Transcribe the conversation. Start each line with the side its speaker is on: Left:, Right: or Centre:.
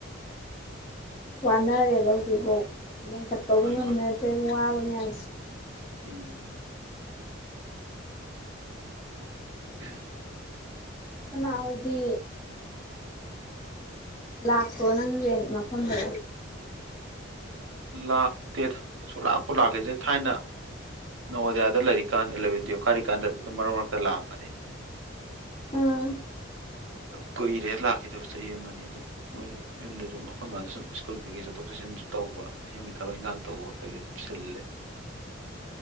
Left: ꯋꯥꯅꯔꯦꯕ ꯍꯧꯖꯤꯛ ꯕꯥꯎ ꯃꯦꯟꯈꯠꯄꯕꯨ
Right: ꯍꯣꯏ
Left: ꯉꯝꯅꯗ꯭ꯔꯦꯕ
Right: ꯍꯣꯏ
Left: ꯋꯥꯕ ꯗꯨꯅꯦ ꯍꯥꯏꯁꯤ
Right: ꯎꯝ ꯑꯝ
Left: ꯑꯈꯣꯏꯃꯥ ꯍꯣꯏꯗꯤ ꯂꯥꯛꯄ꯭ꯔꯣ ꯅꯪ ꯔꯦꯟ ꯃꯐꯝꯗ
Right: ꯂꯥꯛꯇꯦꯗ ꯁꯨꯂꯥꯛꯄꯨ ꯂꯥꯛꯈꯤꯗ꯭ꯔꯦꯗ ꯊꯥꯏꯅ ꯕꯣꯗꯤꯌꯥꯗ ꯂꯥꯏꯔꯤꯛ ꯀꯥꯟ ꯑꯦꯂꯦꯚꯦꯟ ꯇꯨꯌꯦꯜꯄ ꯀꯥꯔꯤꯀꯥꯟꯗ ꯑꯗꯨꯝ ꯃꯔꯛ ꯃꯔꯛ ꯗ ꯂꯥꯛꯑꯝꯕꯅꯦ
Left: ꯎꯝ
Right: ꯑ ꯀꯨꯏꯔꯦ ꯂꯥꯛꯈꯤꯗꯕ ꯆꯍꯤ ꯑꯃꯅꯤ ꯑꯗꯨꯝ ꯃꯣꯏꯁꯨ ꯌꯨꯝꯗꯁꯨ ꯑꯩꯈꯣꯏ ꯃꯥꯗꯨ ꯁꯨꯝ ꯁ꯭ꯀꯨꯜ ꯀꯩꯀꯩ ꯆꯠꯊꯣꯛ ꯆꯠꯁꯤꯟꯁꯨ ꯇꯧꯕ ꯑꯗꯩ ꯌꯨꯝꯒꯤ ꯊꯕꯛ ꯏꯪꯈꯥꯡ ꯇꯧꯕ ꯀꯩꯒ ꯑꯗꯨꯝ ꯆꯤꯜꯂꯦ